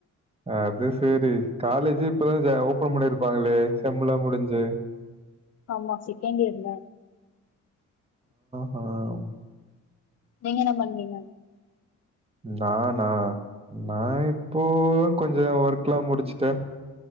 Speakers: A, on the right; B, on the left.
A: அது சரி காலேஜி இப்பதா ஓபன் பண்ணிருப்பாங்களே செம்முளா முடிஞ்சி
B: ஆமா செகண்ட் இயர்ல
A: ஆ
B: நீங்க என்ன பண்றீங்க
A: நானா நா இப்போ கொஞ்சோ ஒர்க்ல்லா முடிச்சுட்டே